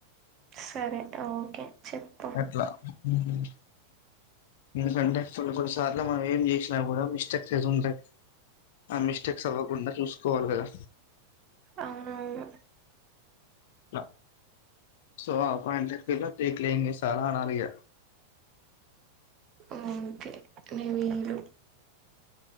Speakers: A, on the right; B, on the left.
A: సరే అయితే ఓకే చెప్పు
B: అట్లా హ్మ్ ఎందుకంటే కొన్ని కొన్ని సార్లు మనం ఏం చేసినా కూడా మిస్టేక్ చెజుంటాయ్ ఆ మిస్టేక్స్ అవ్వకుండా చూసుకోవాలి కదా
A: అవునువును
B: అట్ల సో ఆ పాయింట్ అఫ్ వ్యూ లో దేక్లెంగే సలా అనాలి ఇగ
A: ఆ అంతే నివిలు